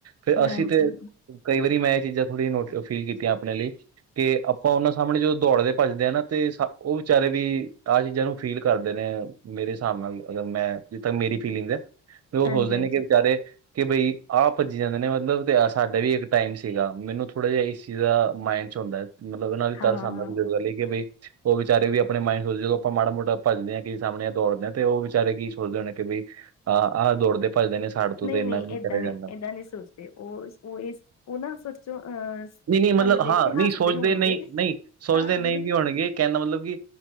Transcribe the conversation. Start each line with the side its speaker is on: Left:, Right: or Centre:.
Right: ਫਿਰ
Left: ਹਾਂਜੀ
Right: ਅਸੀਂ ਤੇ ਕਈ ਵਾਰੀ ਮੈਂ ਇਹ ਚੀਜ਼ਾਂ ਥੋੜ੍ਹੀ ਨੋਟ ਫੀਲ ਕੀਤੀਆਂ ਆਪਣੇ ਲਈ ਕੇ ਆਪਾਂ ਉਹਨਾਂ ਸਾਹਮਣੇ ਜਦੋਂ ਦੌੜਦੇ ਭੱਜਦੇ ਹ ਨਾ ਤੇ ਉਹ ਵਿਚਾਰੇ ਵੀ ਆਹ ਚੀਜ਼ਾਂ ਨੂੰ ਫੀਲ ਕਰਦੇ। ਮੇਰੇ ਹਿਸਾਬ ਨਾਲ ਅਗਰ ਮੈਂ ਜਿਥੇ ਤਕ ਮੇਰੀ ਫੀਲਿੰਗ ਹੈ ਤੇ ਉਹ
Left: ਹਾਂਜੀ
Right: ਸੋਚਦੇ
Left: ਹਾਂਜੀ
Right: ਨੇ ਕਿ ਵਿਚਾਰੇ ਕਿ ਬਈ ਆਹ ਭੱਜੀ ਜਾਂਦੇ ਨੇ ਮਤਲਬ ਤੇ ਆਹ ਸਾਡਾ ਵੀ ਇੱਕ ਟਾਈਮ ਸੀਗਾ ਮੈਨੂੰ ਥੋੜ੍ਹਾ ਜਿਹਾ ਇਸ ਚੀਜ਼ ਦਾ ਮਾਇੰਡ 'ਚ ਹੁੰਦਾ। ਮਤਲਬ ਇਹਨਾਂ ਦੀ
Left: ਹਾਂ
Right: ਤਰਸ ਆਂਦਾ ਕਈ ਵਾਰ ਲੇਕਿ ਬਈ ਉਹ ਵਿਚਾਰੇ ਵੀ ਆਪਣੇ ਮਾਇੰਡ ਸੋਚਦੇ ਆਪਾਂ ਮਾੜਾ ਮੋਟਾ ਭੱਜਦੇ ਆ ਕੀ ਸਾਹਮਣੇ ਆ ਦੌੜਦੇ ਆ ਤੇ ਉਹ ਵਿਚਾਰੇ ਕੀ ਸੋਚਦੇ ਹੋਣੇ ਕਿ ਬਈ ਆਹ- ਆਹ ਦੌੜਦੇ ਭੱਜਦੇ ਨੇ ਸਾਡੇ ਤੋਂ
Left: ਨਹੀਂ-
Right: ਤੇ ਇੰਨਾ
Left: ਨਹੀਂ
Right: ਵੀ
Left: ਏਦਾਂ
Right: ਕਰਿਆ
Left: ਨਹੀਂ-
Right: ਜਾਂਦਾ
Left: ਏਦਾਂ ਨਹੀਂ ਸੋਚਦੇ ਉਹ -ਉਹ -ਉਹ ਨਾ ਸੋਚੋ ਅਹ
Right: ਨਹੀਂ ਨਹੀਂ ਮਤਲਬ
Left: ਸਾਨੂੰ ਦੇਖ
Right: ਹਾਂ
Left: ਕੇ
Right: ਨਹੀਂ
Left: ਹੱਸਦੇ
Right: ਸੋਚਦੇ
Left: ਹੋਣਗੇ
Right: ਨਹੀ ਨਹੀਂ ਸੋਚਦੇ
Left: ਹਾਂ
Right: ਨਹੀ
Left: ਮਤਲਬ
Right: ਵੀ ਹੋਣਗੇ ਕਹਿੰਦਾ ਮਤਲਬ ਕਿ